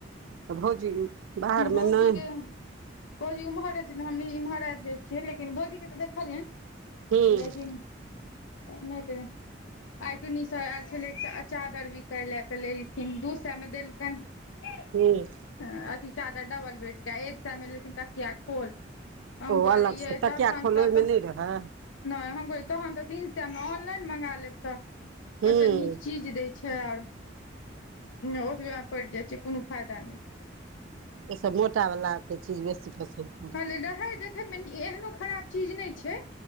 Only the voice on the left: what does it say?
भौजी
के भौजी ओम्हर छै तऽ हम एमहर आबि जाइ छियै लेकिन भौजीके तऽ देखलियनि
लेकिन ओनाहिते आइ टुन्नी सए आयल छलै चादर बिकाय ले तऽ लेलखिन दू सए मे देलखनि <unintelligible>
अथि चादर डबल बेड के एकटा मे लेलखिन तकिया खोल हम
कहलियै
यै
तखन
तऽ
नहि हम कह तहन तऽ तीन स मे ऑनलाइन मंगा लेब तऽ
ओहिस नीक चीज दै छै आर ओतबै पड़ि जाइ छै कोनो फायदा नहि छै
कहलियै
रहै देखैमे एहनो खराब चीज नहि छै